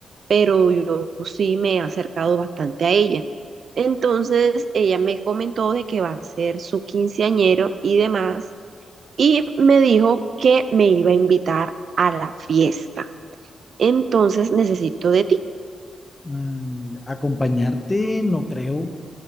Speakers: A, on the right; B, on the left.
A: pero yo sí me he acercado bastante a ella. Entonces, ella me comentó de que va a ser su quinceañero y demás, y me dijo que me iba a invitar a la fiesta. Entonces, necesito de ti.
B: Mm, acompañarte no creo,